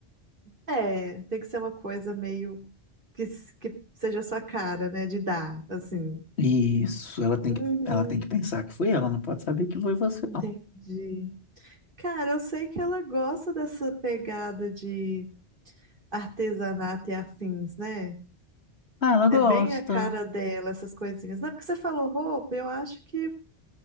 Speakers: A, on the right; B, on the left.
A: É, tem que ser uma coisa meio que, s- que seja a sua cara, né? De dar, assim.
B: Isso, ela tem
A: Uhum,
B: que, ela tem que pensar que foi ela, não pode saber que foi você,
A: entendi.
B: não.
A: Cara, eu sei que ela gosta dessa pegada de artesanato e afins, né?
B: Ah, ela gosta.
A: É bem a cara dela, essas coisinhas. Não é porque você falou roupa, eu acho que